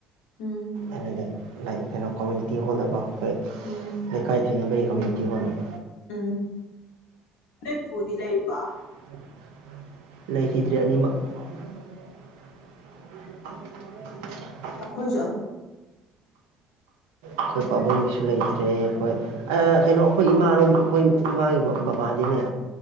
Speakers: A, on the left; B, on the right.
A: ꯎꯝ
B: ꯑꯩꯅꯅꯦ ꯅꯩ ꯀꯩꯅꯣ ꯀꯝꯃ꯭ꯌꯨꯅꯤꯇꯤ ꯍꯣꯜꯗꯀꯣ ꯈꯣꯏ
A: ꯎꯝ
B: ꯂꯩꯀꯥꯏ ꯊꯪꯅꯕꯒꯤ ꯀꯃ꯭ꯌꯨꯅꯤꯇꯤ ꯍꯣꯜꯗ
A: ꯎꯝ ꯅꯣꯏ ꯄꯨꯗꯤ ꯂꯩꯔꯤꯕꯣ
B: <inaudible> ꯂꯩꯈꯤꯗ꯭ꯔꯦ ꯑꯅꯤꯃꯛ <unintelligible>
A: ꯑꯩꯈꯣꯏꯁꯨ ꯑꯝ
B: ꯑꯩꯈꯣꯏ ꯄꯥꯕꯨꯡꯒꯤꯁꯨ ꯂꯩꯇ꯭ꯔꯦ ꯑꯩꯈꯣꯏ ꯑ ꯀꯩꯅꯣ ꯑꯩꯈꯣꯏ ꯏꯃꯥꯔꯣꯝ ꯑꯩꯈꯣꯏ ꯏꯃꯥꯒꯤ ꯕꯕꯥꯗꯤꯅꯦ